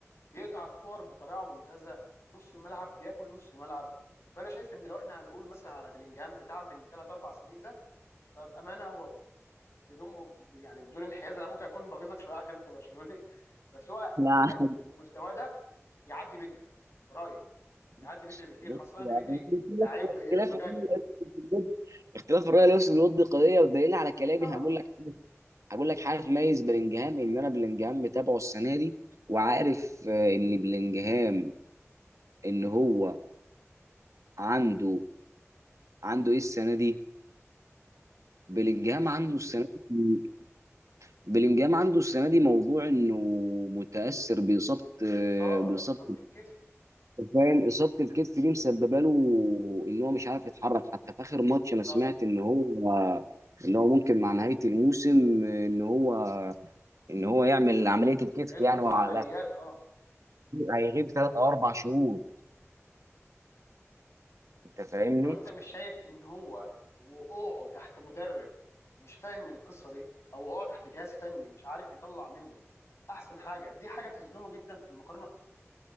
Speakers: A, on the left; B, on the right.
A: بيقطع الكور بطريقه ممتازه نص الملعب بياكل نص الملعب فانا شايف ان لو احنا هنقول مثلا على بلينجهام بتاع من 3 4 سنين ده فبامانه هو بدون يعني بدون انحياز انا ممكن اكون بغيظك شويه عشان انت برشلوني <laughs> بس هو
B: لا
A: ك...
B: <laughs>
A: في مستواه ده يعدي بدري في رايي يعدي
B: بص
A: بدري بكتير خاصه
B: يعني
A: ان بدري لعيب
B: اختلاف
A: آه، زجاجي
B: اختلاف الرأي الوسط بالود اختلاف الرأي الوسط بالود دي قضية والدليل على
A: اكيد
B: كلامي
A: طبعا
B: هقول لك هقول لك حاجة تميز بلينجهام ان انا بلينجهام متابعه السنة دي وعارف آه، ان بلينجهام ان هو عنده عنده ايه السنة دي بلينجهام
A: من حيث
B: عنده
A: ايه
B: السنة دي بلينجهام عنده السنة دي موضوع انه متأثر بإصابة آه،
A: اصابه
B: بإصابة
A: اصابه الكتف
B: فاهم اصابه الكتف دي مسببه له ان هو مش عارف يتحرك حتى في اخر ماتش
A: بالظبط
B: انا سمعت ان هو ان هو ممكن مع نهايه الموسم ان هو ان هو يعمل عمليه الكتف
A: هيدخل
B: يعني
A: في
B: وعلى
A: عمليات اه
B: هيغيب ثلاث او اربع شهور انت فاهمني؟
A: طب انت مش شايف ان هو وقوعه تحت مدرب مش فاهم القصه دي او وقوعه تحت جهاز فني مش عارف يطلع منه احسن حاجه دي حاجه تظلمه جدا في المقارنه